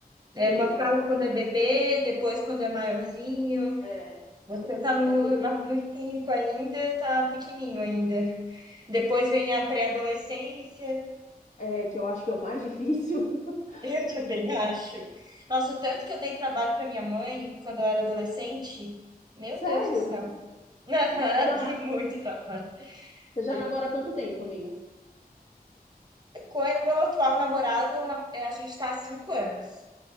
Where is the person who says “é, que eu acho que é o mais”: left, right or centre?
Left